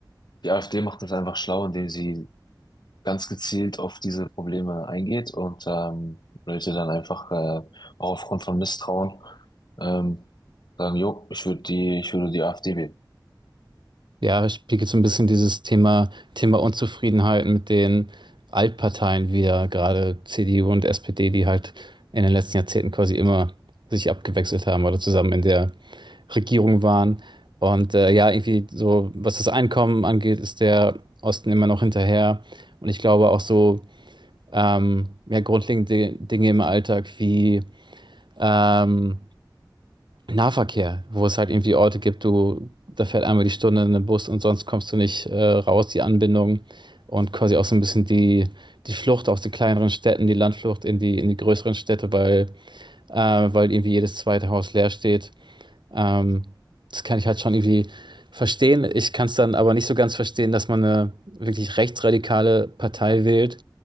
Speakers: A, on the left; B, on the right.
A: die AfD macht das einfach schlau, indem sie ganz gezielt auf diese Probleme eingeht und ähm, Leute dann einfach äh, auch aufgrund von Misstrauen ähm, sagen, jo, ich würde die, ich würde die AfD wählen.
B: Ja, spiegelt so ein bisschen dieses Thema, Thema Unzufriedenheit mit den Altparteien wieder, gerade CDU und SPD, die halt in den letzten Jahrzehnten quasi immer sich abgewechselt haben oder zusammen in der Regierung waren. Und äh, ja, irgendwie so, was das Einkommen angeht, ist der Osten immer noch hinterher. Und ich glaube auch so, ähm, ja, grundlegende Dinge im Alltag wie ähm, Nahverkehr, wo es halt irgendwie Orte gibt, du, da fährt einmal die Stunde ein Bus und sonst kommst du nicht äh, raus, die Anbindung und quasi auch so ein bisschen die, die Flucht aus den kleineren Städten, die Landflucht in die, in die größeren Städte, weil, äh, weil irgendwie jedes zweite Haus leer steht ähm, das kann ich halt schon irgendwie verstehen. Ich kann es dann aber nicht so ganz verstehen, dass man eine wirklich rechtsradikale Partei wählt.